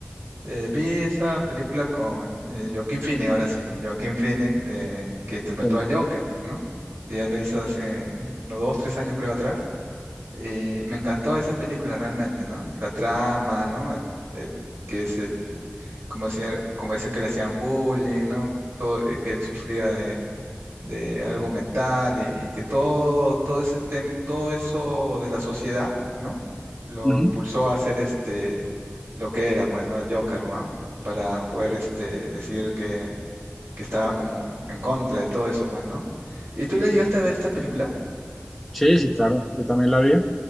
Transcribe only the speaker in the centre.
Sí,
Ujú.
Sí, sí, claro, yo también la vi.